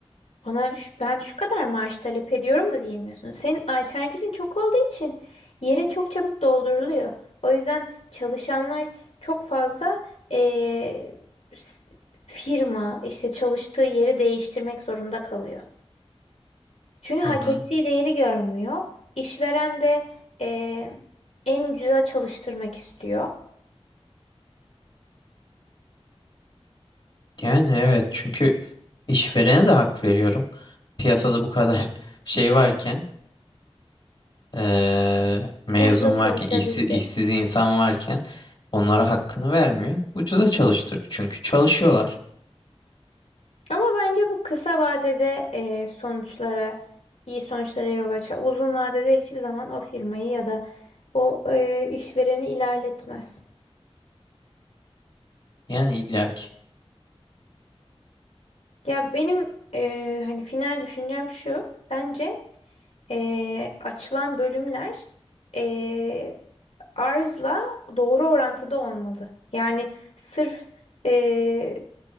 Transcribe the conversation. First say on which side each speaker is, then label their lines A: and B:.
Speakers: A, on the left; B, on the left.
A: Bana ş- ben şu kadar maaş talep ediyorum da diyemiyorsun. Senin alternatifin çok olduğu için yerin çok çabuk dolduruluyor. O yüzden çalışanlar çok fazla eee, s- firma işte çalıştığı yeri değiştirmek zorunda kalıyor. Çünkü hak
B: hı hı.
A: ettiği değeri görmüyor. İşveren de eee, en ucuza çalıştırmak istiyor.
B: Yani evet çünkü işverene de hak veriyorum. Piyasada bu kadar <laughs> şey varken eee, mezun
A: Ucuza çalışabilecek.
B: varken, işsiz, işsiz insan varken onlara hakkını vermiyor. Ucuza çalıştırıyor çünkü çalışıyorlar.
A: Ama bence bu kısa vadede e, sonuçlara, iyi sonuçlara yol açar. Uzun vadede hiçbir zaman o firmayı ya da o e, işvereni ilerletmez.
B: Yani illaki.
A: Ya benim e, hani final düşüncem şu. Bence e, açılan bölümler e, arzla doğru orantıda olmalı. Yani sırf e,